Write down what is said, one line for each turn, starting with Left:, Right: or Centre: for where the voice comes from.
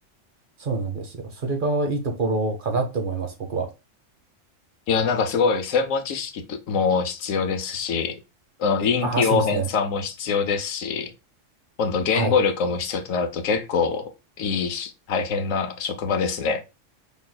Right: そうなんですよ。それがいいところかなって思います、僕は。
Left: いや、なんかすごい専門知識とも必要ですし、あの臨機応変さも必要ですし、
Right: ああ、そうですね。
Left: 今度言語力も必要となると結構いいし、
Right: はい。
Left: 大変な職場ですね。